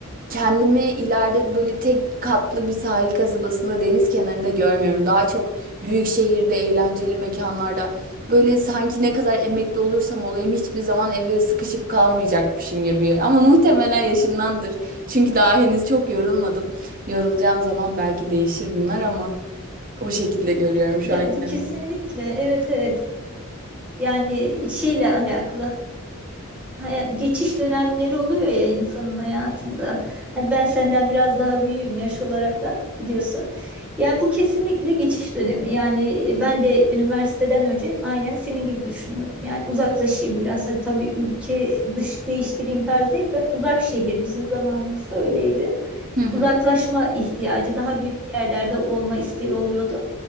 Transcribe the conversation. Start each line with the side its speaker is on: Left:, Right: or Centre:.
Right: kendimi ileride böyle tek katlı bir sahil kasabasında deniz kenarında görmüyorum. Daha çok büyük şehirde eğlenceli mekanlarda böyle sanki ne kadar emekli olursam olayım hiçbir zaman eve sıkışıp kalmayacakmışım gibi. Ama muhtemelen yaşımdandır. Çünkü daha henüz çok yorulmadım. Yorulacağım zaman belki değişir bunlar ama o şekilde görüyorum şu
Centre: Ya
Right: an
Centre: bu
Right: kendimi.
Centre: kesinlikle evet evet. Yani şeyle alakalı hayat- geçiş dönemleri oluyor ya insanın hayatında. Hani ben senden biraz daha büyüğüm yaş olaraktan biliyorsun. Yani bu kesinlikle geçiş dönemi. Yani e, ben de üniversiteden önce aynen senin gibi düşünüyordum. Yani uzaklaşayım biraz. Hadi tabii ülke dış değiştireyim tarzı değil. Ben uzak şehir bizim zamanımızda öyleydi.
Right: Hı hı.
Centre: Uzaklaşma ihtiyacı, daha büyük yerlerde olma isteği oluyordu.